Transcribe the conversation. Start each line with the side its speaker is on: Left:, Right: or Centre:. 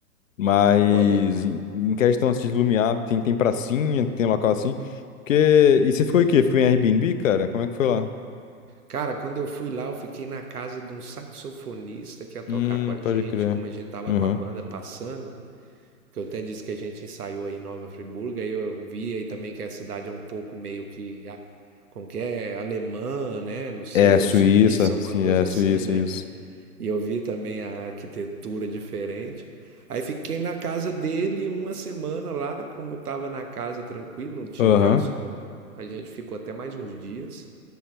Left: Mas
Right: Olha,
Left: em em questão assim, de Lumiar, tem, tem pracinha, tem local assim. Porque. E você ficou em quê? Ficou em Airbnb, cara? Como é que foi lá?
Right: Cara, quando eu fui lá, eu fiquei na casa de um saxofonista que ia tocar
Left: Hum,
Right: com a gente,
Left: pode crer.
Right: como a gente tava
Left: Uhum.
Right: com a banda passando, que eu até disse que a gente ensaiou aí em Nova Friburgo, aí eu vi aí também que a cidade é um pouco meio que, a- como que é, alemã, né? Não sei,
Left: É, Suíça.
Right: ou suíça, alguma
Left: Sim,
Right: coisa
Left: é Suíça,
Right: assim, né?
Left: isso.
Right: E eu vi também a arquitetura diferente. Aí fiquei na casa dele uma semana lá, como eu tava na casa tranquilo, não tinha
Left: Aham,
Right: gasto com... A gente ficou até mais uns dias